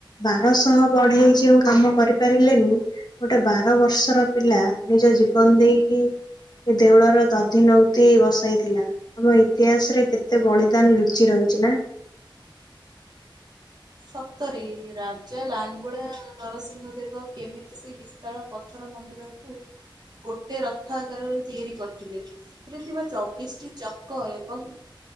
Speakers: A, on the left; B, on the right.
A: ବାରଶହ ବଢେଇ ଯଉ କାମ କରିପାରିଲେନି ଗୋଟେ ବାର ବର୍ଷର ପିଲା ନିଜ ଜୀବନ ଦେଇକି ଏ ଦେଉଳର ଦଧି ନଉତି ବସାଇଥିଲା ଆମ ଇତିହାସ ରେ କେତେ ବଳିଦାନ ଲୁଚି ରହିଛି ନା
B: ସତରେ ରାଜା ଲାଙ୍ଗୁଳା ନରସିଂହ ଦେବ କେମିତି ସେ ବିଶାଳ ଥର ମନ୍ଦିରକୁ ଗୋଟେ ରଥ ଆକାରରେ ତିଆରି କରିଥିଲେ ସେଥିରେ ଥିବା ଚବିଶଟି ଚକ ଏବଂ